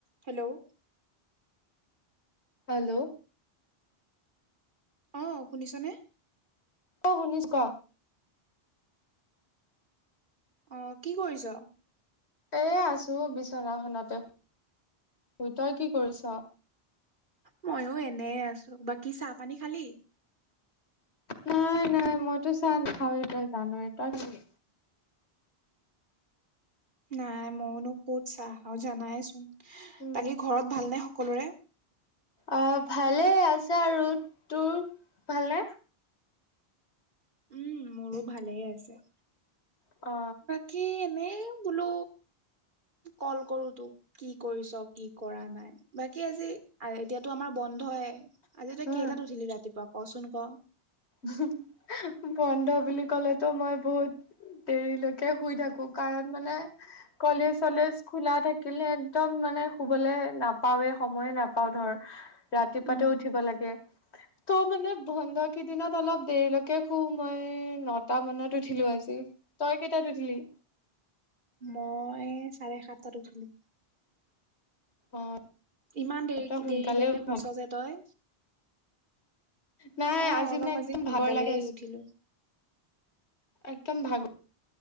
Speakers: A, on the right (about 50°); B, on the left (about 85°).
A: Hello
B: hello
A: অ শুনিছনে?
B: ক শুনিছোঁ ক?
A: অ কি কৰিছ?
B: এ আছো বিচনাখনতে শুই, তই কি কৰিছ?
A: মইও এনে আছো, বাকী চাহ পানী খালি?
B: নাই নাই মইতো চাহ নাখাৱে তই জানয়ে তই কি কৰিলি
A: নাই ম'নো ক'ত চাহ আৰু জানাই চোন,
B: উম
A: বাকী ঘৰত ভালনে সকলোৰে?
B: অ ভালে আছে আৰু। তোৰ ভালনে?
A: উম মোৰো ভালে আছে।
B: অ।
A: কি এনেই বোলো কল কৰো তোক। কি কৰিছ কি কৰা নাই? বাকী আজি আ এতিয়াতো আমাৰ বন্ধই। আজি তই
B: উম
A: কেইটাত উঠিলি ৰাতিপুৱা কচোন ক?
B: হুম অ বন্ধ বুলি ক'লেতো মই বহুত দেৰিলৈকে শুই থাকো কাৰণ মানে কলেজ চলেজ খোলা থাকিলে একদম মানে শুবলে নাপাওৱে সময়ে নাপাওঁ ধৰ। ৰাতিপুৱাতে
A: উম
B: উঠিব লাগে। তৌ মানে বন্ধ কেইদিনত অলপ দেৰিলৈকে শু মই নটা মানত উঠিলো আজি। তই কেইটাত উঠিলি?
A: মই চাৰে সাতটাত উঠিলো।
B: অ।
A: ইমান দেৰি
B: তই সোনকালে
A: দেৰিলৈকে
B: উঠ।
A: শুইছ যে তই?
B: নাই
A: অ
B: আজি
A: অলপ
B: মানে একদম
A: সোনকালেই
B: ভাগৰ লাগে আ
A: উঠিলো।
B: একদম ভাগৰ